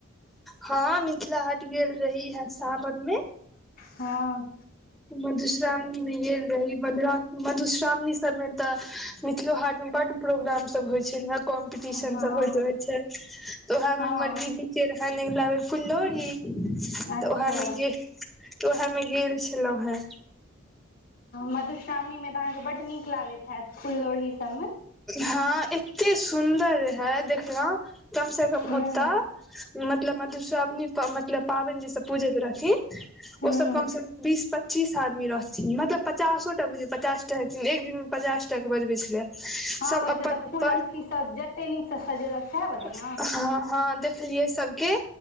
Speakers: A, in the centre; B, on the left.
A: हँ मिथिला हट गेल रही इहै सावन में
B: हँ
A: मधुश्रावणी में गेल रही मधुश्रावणी सभ में तऽ मिथिलो हाट में बड प्रोग्राम सब होय छै ने कॉम्पटिशन
B: हँ
A: सब होइत होय छै तऽ ओएह में
B: हँ
A: हमर दीदी <unintelligible> फुल्लोढ़ी
B: अच्छा
A: तऽ उह में गेल <inaudible> उह मे गेल छै छेलै है
B: मधुश्रावणी मे तऽ अहाँकेँ बड नीक लागैत हयैत फूल लोढ़ी सब में
A: हँ एते सुन्दर रहै देखलौ कम स कम
B: हूँ
A: ओतऽ मतलब मधुश्रावणी मतलब पाबैन जेस पूजैत रहथिन
B: हूँ
A: ओ सब कम से कम बीस पच्चीस आदमी रहथिन मतलब पचासोटा बुझ पचास टा हेथिन एक दिन पचास टा कऽ बजबै छलियै। सब
B: हँ होइ
A: अपन
B: छै तऽ
A: अपन
B: फूल अथी सब जते नीकसँ सजेलक सएह वला ने
A: <inaudible> हँ हँ देख देखलियै सब केँ